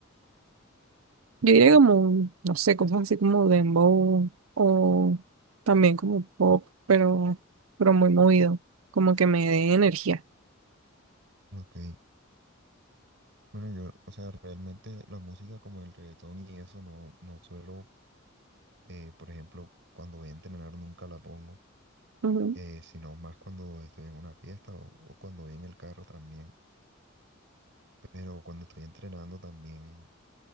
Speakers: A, on the right; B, on the right.
A: yo diría como, no sé, cosas así como dembow o también como pop, pero, pero muy movido, como que me dé energía.
B: Ok, bueno, yo, o sea, realmente la música como el reggaetón y eso no, no suelo, eh, por ejemplo, cuando voy a entrenar nunca la pongo,
A: Ujú,
B: eh, sino más cuando estoy en una fiesta o, o cuando voy en el carro también. Pero cuando estoy entrenando también,